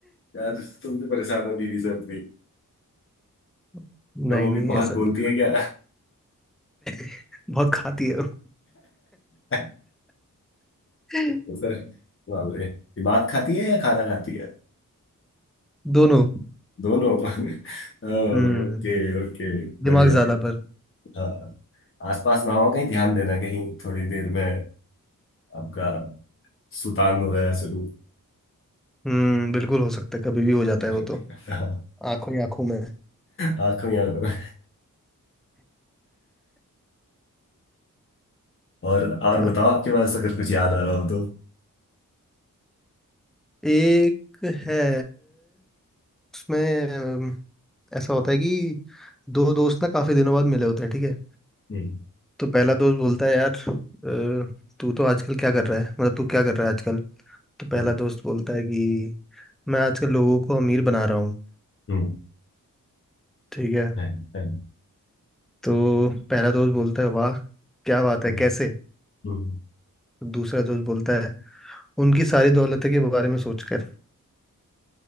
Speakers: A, on the left; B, in the centre.
A: यार तुम भी परेशान हो बीवी से अपनी
B: <laughs> नहीं
A: क्या वो भी
B: नहीं
A: बहुत
B: ऐसा
A: बोलती
B: नहीं
A: है क्या
B: <laughs> बहुत खाती है वो।
A: <laughs>
B: <laughs>
A: सर बाप रे दिमाग खाती है या खाना खाती है
B: दोनों
A: दोनों <laughs> ओके
B: हम्म
A: ओके बढ़िया
B: दिमाग ज्यादा पर
A: हाँ आसपास ना हो कहीं ध्यान देना कहीं थोड़ी देर में आपका सुतान हो गया शुरू
B: हम्म बिल्कुल हो सकता है कभी भी हो जाता है वो
A: <laughs>
B: तो आंखों ही आंखों में
A: आंखों ही आंखों में। और और
B: अ,
A: बताओ आपके पास अगर कुछ याद आ रहा हो तो
B: एक है उसमें अम, ऐसा होता है कि दो दोस्त ना काफी दिनों बाद मिले होते हैं ठीक है
A: हम्म
B: तो पहला दोस्त बोलता है यार अ, तू तो आजकल क्या कर रहा है मतलब तू क्या कर रहा है आजकल तो पहला
A: हम्म
B: दोस्त बोलता है कि मैं आजकल लोगों को अमीर बना रहा हूँ
A: हम्म,
B: ठीक है
A: हम्म, हम्म,
B: तो पहला दोस्त बोलता है वाह क्या बात
A: हम्म,
B: है कैसे
A: हम्म,
B: तो दूसरा दोस्त बोलता है उनकी सारी दौलत के बारे में सोचकर